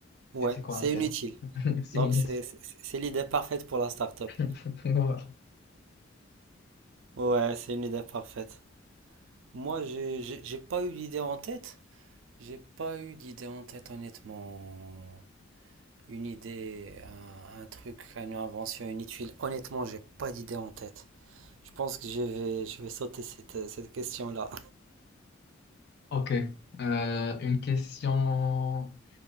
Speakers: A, on the right (about 70°); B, on the left (about 55°).
A: Ouais,
B: Et C'est quoi
A: c'est
B: un téléphone?
A: inutile.
B: <laughs> C'est
A: Donc
B: inutile.
A: c'est, c'est, c'est l'idée parfaite pour la start-up.
B: <laughs> Voilà.
A: Ouais, c'est une idée parfaite. Moi, j'ai, j'ai j'ai pas eu d'idée en tête. J'ai pas eu d'idée en tête, honnêtement. une idée, un, un truc, une invention, une tuile. Honnêtement, j'ai pas d'idée en tête. Je pense que je vais, je vais sauter cette, cette question-là.
B: Ok. Euh, une question.